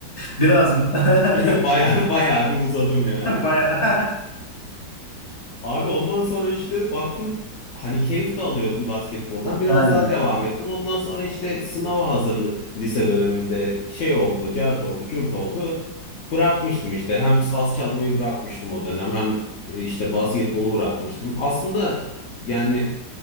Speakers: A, on the left; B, on the left.
A: Biraz mı? <laughs>
B: <laughs> Bayağı bayağı bir uzadım yani.
A: Bayağı.
B: Abi ondan sonra işte baktım hani keyif de alıyordum basketboldan. Biraz
A: <laughs> Aynen.
B: daha devam ettim. Ondan sonra işte sınava hazırlık lise döneminde şey oldu, cart oldu, cürt oldu. Bırakmıştım işte. Hem saz çalmayı bırakmıştım o dönem hem e, işte basketbolu bırakmıştım. Aslında yani